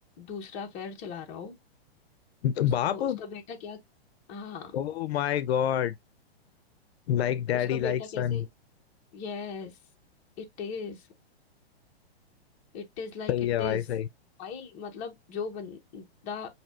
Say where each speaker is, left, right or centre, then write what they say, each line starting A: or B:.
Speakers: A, on the left (about 20°); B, on the left (about 75°).
A: दूसरा अफेयर चला रहा हो
B: तो
A: उस
B: बाप
A: वो उसका बेटा क्या हाँ
B: Oh my God Like daddy
A: उसका बेटा
B: like son
A: कैसे Yes it is it is like
B: सही
A: it
B: है भाई
A: is
B: सही
A: भाई मतलब जो बंदा